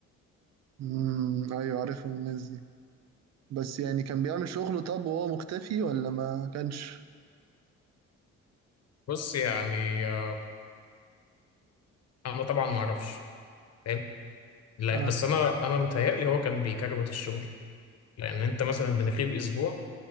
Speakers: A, on the right; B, on the left.
A: امم ايوه عارفهم الناس دي بس يعني كان بيعمل شغله طب وهو مختفي ولا ما كانش
B: بص يعني آه انا طبعا ما اعرفش حلو لا
A: اه
B: بس انا انا متهيألي هو كان بيكروت الشغل لان انت مثلا بنغيب اسبوع